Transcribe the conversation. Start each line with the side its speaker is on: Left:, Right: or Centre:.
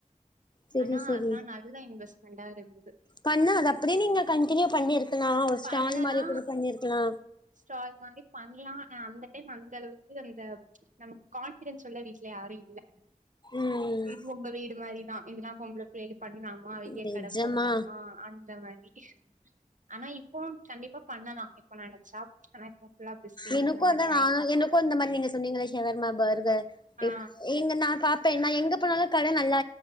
Left: செரி
Right: ஆனா
Left: செரி
Right: அத்லா நல்ல இன்வெஸ்ட் ரெண்டாயிரோ இர்ந்தது
Left: பண்ணா அது அப்டியே நீங்க கன்டினியூ பண்ணிருக் க்லா ஒர் ஸ்டால்
Right: பண்ணலா
Left: மாரி கூட பண்ணிருக்கலா
Right: ஸ்டால் மாரி பண்லா அந்த டைம் அந்தளவுக்கு இந்த நமக்கு கான்ஃபிடென்ஸ் சொல்ல வீட்ல யாரூ இல்ல
Left: ம்
Right: இதுவூ உங்க வீடு மாரி ஆ இதுலா பொம்பள பிள்ளேலு பண்லாமா வெளிய
Left: நிஜமா
Right: கட போடலாமா அந் இந்த மாரி ஆனா இப் போ கண்டிப்பா பண்ணலா இப்ப நெனச்சா ஆனா இப்ப ஃபுல்லா பிஸி
Left: எனக்கூ
Right: அந்த மாரி
Left: அதா நானூ
Right: ஆயிட்டோ
Left: எனக்கூ இந்த மாரி நீங்க சொன்னீங்கல ஷவர்மா பர்கர்
Right: ஆ
Left: இப் இங்க நா பாப்பே நா ஈங்க போனாலூ கட நல்லா